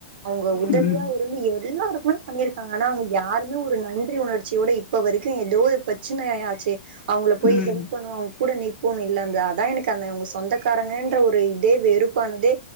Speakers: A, on the right; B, on the left.
A: அவுங்க உதவியா
B: ம் ம்
A: இருந்து எல்லாருக்குமே பண்ணிருக்காங்க ஆனா அவுங்க யாருமே ஒரு நன்றி உணர்ச்சியோட இப் ப எதோ ஒரு பிரச்சினை ய ஆச்சு அவுங்கள
B: ம்.
A: போய் ஹெல்ப் பண்ணுவோ அவுங்கூட நிப்போனு இல்ல அந்த அதா எனக்கு அந்த அவுங்க சொந்தக் காரங்கன்ற ஒரு இதே வெறுப்பானதே